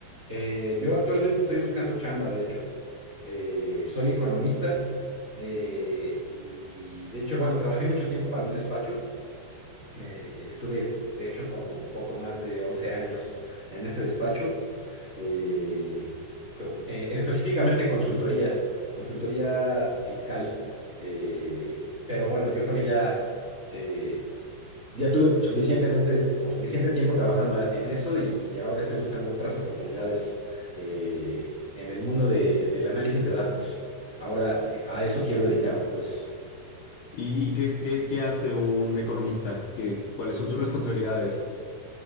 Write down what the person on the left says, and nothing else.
¿Y, y qué, qué, qué hace un economista? ¿Qué, cuáles son sus responsabilidades?